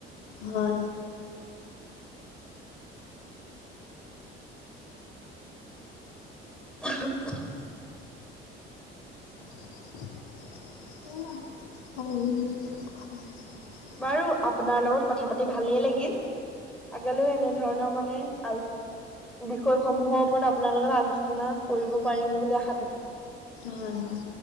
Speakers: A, on the left; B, in the centre.
A: হয়।
B: <inaudible>
A: অই উম।
B: বাৰু আপোনাৰ লগত কথা পাতি ভালেই লাগিল, আগলৈও এনে ধৰণৰ মানে আল বিষয়সমূহৰ ওপৰত আপোনাৰ লগত আলোচনা কৰিব পাৰিম বুলি আশা থাকিল।
A: হয় হয়।